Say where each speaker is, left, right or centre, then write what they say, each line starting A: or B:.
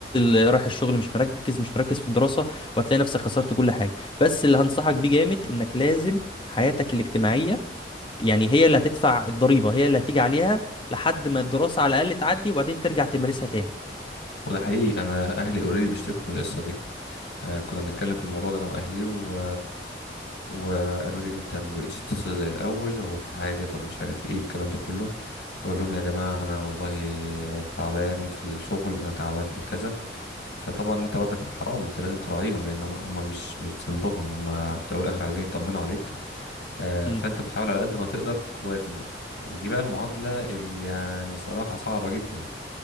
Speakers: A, on the left (about 25°); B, on the left (about 75°).
A: رايح الشغل مش مركز مش مركز في الدراسه وهتلاقي نفسك خسرت كل حاجه بس اللي هنصحك بيه جامد انك لازم حياتك الاجتماعيه يعني هي اللي هتدفع الضريبه هي اللي هتيجي عليها لحد ما الدراسه على الاقل تعدي وبعدين ترجع تمارسها تاني
B: وده حقيقي انا اهلي اوريدي بيشتكوا من القصة دي آه، كنا بنتكلم في الموضوع ده انا واهلي و... وقالوا لي انت ما بقتش تتصل زي الاول هو في حاجه طب مش عارف ايه الكلام ده كله فاقول لهم يا جماعه انا والله تعبان في الشغل انا تعبان في الكذا فطبعا انت برضك حرام انت لازم تراعيهم لان هم هم مش مش ذنبهم هم في الاول والاخر عايزين يطمنوا عليك آه،
A: مم.
B: فانت بتحاول على قد ما تقدر توازن بقى ودي بقى المعادله اللي يعني صراحه صعبه جدا